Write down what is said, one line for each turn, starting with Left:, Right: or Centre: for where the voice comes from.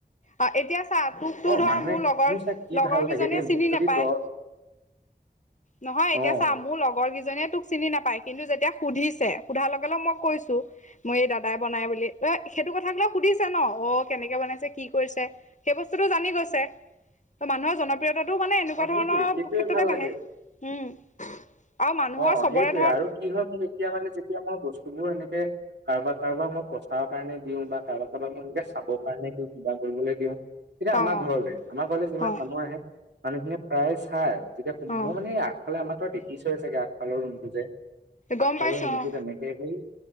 Left: অ' এতিয়া চা তোকতো
Right: অ
Left: ধৰ
Right: মানুহে
Left: মোৰ লগৰ,
Right: চাই কি
Left: লগৰ
Right: ভাল লাগে
Left: কেইজনীয়ে
Right: দেই মোক
Left: চিনি
Right: যদি
Left: নাপায়।
Right: দ
Left: নহয় এতিয়া
Right: অ
Left: চা মোৰ লগৰ কেইজনীয়ে তোক চিনি নাপাই কিন্তু যেতিয়া সুধিছে সোধাৰ লগে, লগে মই কৈছো। মোৰ এই দাদাই বনাই বুলি অ' সেইটো কথাবিলাক সুধিছে ন অ' কেনেকে বনাইছে। কি কৰিছে সেই বস্তুটো জানি গৈছে। ত' মানুহৰ জনপ্ৰিয়তাটো মানে এনেকুৱা
Right: অ
Left: ধৰণৰ
Right: সেইটোৱে সেইটোৱে
Left: ক্ষেত্ৰতে
Right: ভাল
Left: বাঢ়ে
Right: লাগে
Left: উম, আৰু মানুহৰ
Right: অ'
Left: চবৰে
Right: সেইটোৱে
Left: ধৰ
Right: আৰু কি হয় মোৰ এতিয়া মানে যেতিয়া মই বস্তুবোৰ সেনেকে কাৰোবাক, কাৰোবাক মই প্ৰচাৰৰ কাৰণে দিওঁ বা কাৰোবাক, কাৰোবাক মই এনেকে চাবৰ কাৰণে দিও কিবা কৰিবলৈ দিও। তেতিয়া আমাৰ
Left: অ',
Right: ঘৰলৈ আমাৰ ঘৰলৈ যিমান
Left: অ',
Right: মানুহ আহে মানুহখিনিয়ে প্ৰায় চাই যেতিয়া
Left: অ',
Right: মোৰ মানে ফালে আমাৰ তই দেখিছই চাগে আগফালৰ ৰুমটো যে,
Left: গম
Right: আগফালৰ
Left: পাইছো
Right: ৰুমটো
Left: অ'।
Right: তেনেকে সেই